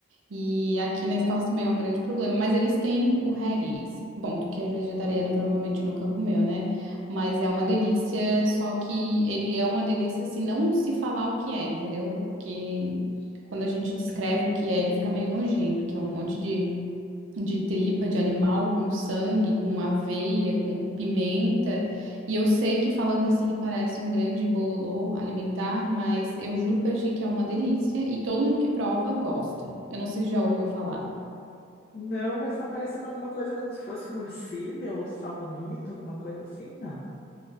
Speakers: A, on the right; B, on the left.
A: E aqui na Escócia também é um grande problema, mas eles têm o haggis. Bom, tu que é vegetariano provavelmente nunca comeu, né? Mas é uma delícia, só que ele é uma delícia se não se falar o que é, entendeu? Porque quando a gente descreve o que é, ele fica meio nojento, que é um monte de de tripa de animal com sangue, com aveia, com pimenta. E eu sei que falando assim parece um grande bololô alimentar, mas eu juro pra ti que é uma delícia e todo mundo que prova gosta. Eu não sei se já ouviu falar.
B: Não, mas tá parecendo alguma coisa como se fosse morcilha ou salamito, alguma coisa assim? Não.